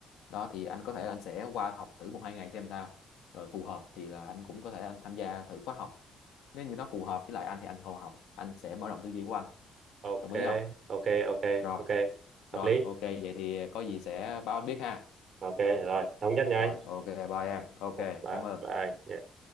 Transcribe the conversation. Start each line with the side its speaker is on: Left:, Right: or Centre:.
Left: đó thì anh có thể là anh sẽ qua học thử một hai ngày xem sao rồi phù hợp thì là anh cũng có thể anh tham gia thử khóa học nếu như nó phù hợp với lại anh thì anh còn học anh sẽ mở rộng tư duy của anh
Right: ok
Left: đồng ý không
Right: ok ok
Left: rồi
Right: ok hợp
Left: rồi
Right: lý
Left: ok vậy thì có gì sẽ báo anh biết ha
Right: ok rồi thống nhất nha
Left: rồi
Right: anh
Left: ok bye em ok
Right: một ba
Left: cảm ơn
Right: ba anh